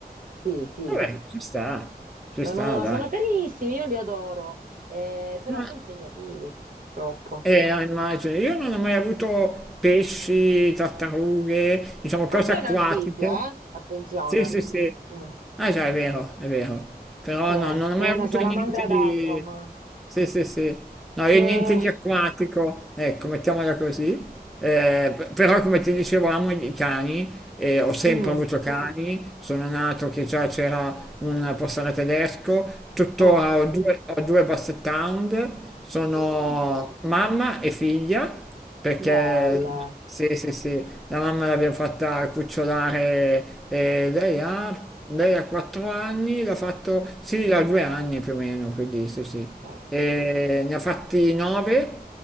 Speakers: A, on the right; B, in the centre.
A: Sì, sì,
B: Vabbè, ci sta. Ci
A: sono,
B: sta, dai.
A: sono carissimi, io li adoro, eh, però
B: Ah,
A: sono impegnativi, troppo.
B: Eh, no, immagino, io non ho mai avuto pesci, tartarughe, diciamo
A: Questo
B: cose
A: è
B: acquatiche.
A: un anfibio, eh? Attenzione.
B: Sì, sì, sì.
A: Mm.
B: Ah già, è vero, è vero. Però
A: Eh,
B: no, non ho
A: è
B: mai
A: una
B: avuto
A: salamandra
B: niente
A: d'acqua,
B: di...
A: ma...
B: Sì, sì, sì. No, io
A: Ah,
B: niente di acquatico, ecco, mettiamola così. Eh, p- però come ti dicevo amo i cani, e ho sempre
A: mm,
B: avuto cani, sono nato che già c'era un pastore tedesco, tuttora
A: oh.
B: ho due, ho due basset hound, sono
A: Mm,
B: mamma e figlia, perché
A: Belle.
B: sì, sì, sì, la mamma l'abbiamo fatta cucciolare, eh, lei ha, lei ha 4 anni, l'ha fatto,
A: Mm,
B: sì, ha due anni più o meno, quindi sì, sì,
A: Ok.
B: e ne ha fatti nove,